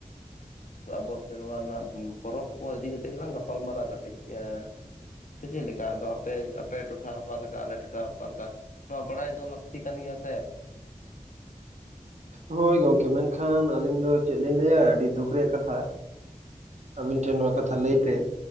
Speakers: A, on the left; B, on the right.
A: ᱟᱵᱚ ᱥᱮᱨᱣᱟ ᱨᱮᱱᱟᱜ ᱯᱚᱨᱚᱵᱽ ᱠᱚ ᱤᱫᱤ ᱠᱟᱛᱮᱫ ᱜᱮᱞᱟᱝ ᱜᱟᱯᱟᱞᱢᱟᱨᱟᱜ-ᱟ ᱠᱟᱹᱴᱤᱡ ᱮᱸ ᱪᱮᱫ ᱞᱮᱠᱟ ᱟᱫᱚ ᱟᱯᱮ ᱟᱯᱮ ᱴᱚᱴᱷᱟ ᱚᱠᱟ ᱞᱮᱠᱟ ᱟᱞᱮ ᱴᱚᱴᱷᱟ ᱚᱠᱟ ᱞᱮᱠᱟ ᱾ ᱱᱚᱣᱟ ᱵᱟᱲᱟᱭ ᱫᱚ ᱞᱟᱹᱠᱛᱤ ᱠᱟᱱ ᱜᱮᱭᱟ ᱥᱮ ᱾
B: ᱦᱳᱭ ᱜᱚᱢᱠᱮ ᱢᱮᱱᱠᱷᱟᱱ ᱟᱹᱞᱤᱧ ᱫᱚ ᱪᱮᱫ ᱞᱤᱧ ᱞᱟᱹᱭᱟ ᱟᱹᱰᱤ ᱫᱩᱠ ᱨᱮᱭᱟᱜ ᱠᱟᱛᱷᱟ ᱟᱹᱵᱤᱱ ᱴᱷᱮᱱ ᱱᱚᱣᱟ ᱠᱟᱛᱷᱟ ᱞᱟᱹᱭᱛᱮ